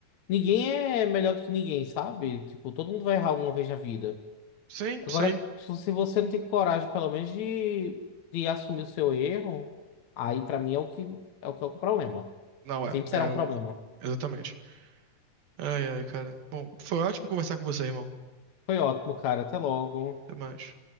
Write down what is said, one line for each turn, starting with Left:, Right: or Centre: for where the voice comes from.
Left: Ninguém é melhor do que ninguém, sabe? Tipo, todo mundo vai errar alguma vez na vida.
Right: Sim,
Left: Agora,
Right: sim.
Left: se você não tem coragem, pelo menos, de, de assumir o seu erro, aí pra mim é o que é o que é o problema.
Right: Não é.
Left: Sempre
Right: É
Left: será um
Right: o.
Left: problema.
Right: Exatamente. Ai, ai, cara. Bom, foi ótimo conversar com você, irmão.
Left: Foi ótimo, cara. Até logo.
Right: Até mais.